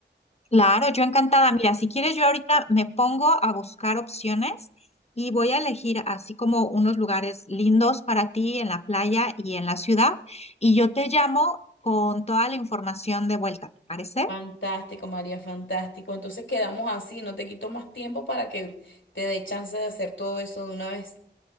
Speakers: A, on the left; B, on the left.
A: Claro, yo encantada. Mira, si quieres, yo ahorita me pongo a buscar opciones y voy a elegir así como unos lugares lindos para ti en la playa y en la ciudad. Y yo te llamo con toda la información de vuelta, ¿te parece?
B: Fantástico, María, fantástico. Entonces quedamos así, no te quito más tiempo para que te dé chance de hacer todo eso de una vez.